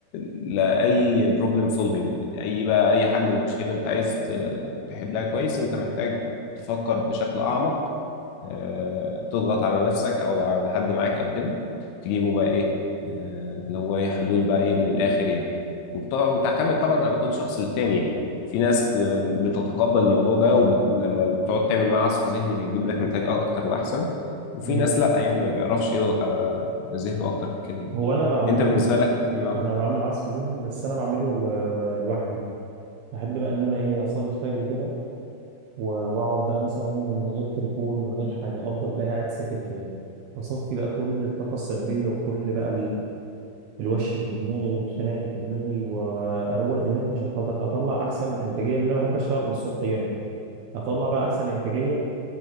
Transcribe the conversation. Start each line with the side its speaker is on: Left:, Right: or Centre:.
Left: لاي بروبلم سولفنج يعني اي بقى اي حل مشكله انت عايز ت- تحلها كويس انت محتاج تفكر بشكل اعمق آه، تضغط على نفسك او على حد معاك او كده تجيبه بقى ايه آه، اللي هو ايه حلول بقى ايه من الاخر يعني وبت- وبتعتمد طبعا على كل شخص للتاني يعني في ناس ب- بتتقبل الموضوع ده ولما بتقعد تعمل معاه عصف ذهني بيجيب لك نتائج اكتر واحسن وفي
Right: جميل
Left: ناس لا يعني ما بيعرفش يضغط على ذهنه اكتر من كده يعني.
Right: هو انا بعمله
Left: انت بالنسبه لك اه
Right: انا بعمل عصف ذهني بس انا بعمله آه، لوحدي بحب بقى ان انا ايه اصلي الفجر كده و- واقعد بقى مثلا من غير تليفون من غير حاجه افضل بقى قاعد ساكت كده بصفي بقى كل الطاقه السلبيه وكل بقى الوش اللي في دماغي والخناق اللي في دماغي واروق دماغي عشان خاطر اطلع احسن انتاجيه لان انا بحب اشتغل من الصبح جامد اطلع بقى احسن انتاجيه